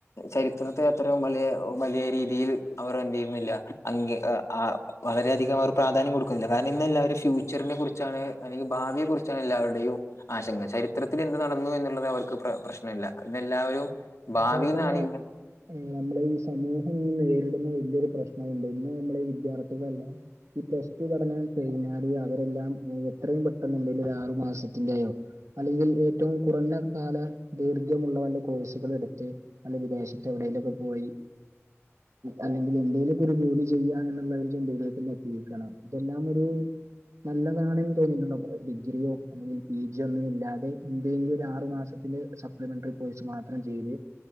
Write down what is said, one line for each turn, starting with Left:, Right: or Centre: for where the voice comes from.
Left: ചരിത്രത്തെ അത്ര വലിയ വലിയ രീതിയിൽ അവർ എന്തെയ്യുന്നില്ല അംഗീ ആഹ് വളരെ അധികം അവർ പ്രാധാന്യം കൊടുക്കുന്നില്ല കാരണം ഇന്നെല്ലാവരും ഫ്യൂച്ചറിനെ കുറിച്ചാണ് അല്ലെങ്കിൽ ഭാവിയെ കുറി ചാണ് എല്ലാവരുടെയും ആശങ്ക ചരിത്രത്തിൽ എന്ത് നടന്നു എന്നുള്ളത് അവർക്ക് പ്ര പ്രശ്നമല്ല ഇന്ന് എല്ലാവരും. ഭാവിയിലാണ്
Right: കൂടെ തന്നെ.
Left: ഇങ്ങ
Right: നമ്മളേ ഈ സമൂഹം ഇന്ന് നേരിടുന്ന വല്ല്യൊര് പ്രശ്നമുണ്ട് ഇന്ന് നമ്മളെ ഈ വിദ്യാർത്ഥികളെല്ലാം ഈ പ്ലസ് ടു പഠനം കഴിഞ്ഞാല് അവരെല്ലാം എത്രയും പെട്ടെന്നുണ്ടെല ആറു മാസത്തിന്റെയോ. അല്ലെങ്കിൽ ഏറ്റവും കുറഞ്ഞ കാല ദൈർഘ്യമുള്ള വല്ല കോഴ്സുകൾ എടു ത് വല്ല വിദേശത്തെവിടെയിലൊക്കെ പോയി അല്ലെങ്കിൽ എന്തേലൊക്കൊരു ജോലി ചെയ്യാ എന്നുള്ള ഒരു ചിന്തയിലോട്ട് ഇന്ന് എത്തിയിരിക്കാണ് ഇതെല്ലാം ഒര്. നല്ലതാണെന്ന് തോന്നിയിട്ടുണ്ട അപ്പൊ ഡിഗ്രിയോ അല്ലെങ്കിൽ പി ജിയോ ഒന്നു ഇല്ലാതെ എന്തെങ്കിലും ഒരു ആറു മാസം ഇന്ന് സപ്ലിമെന്ററി കോഴ്സ് മാത്രം ചെയ്ത്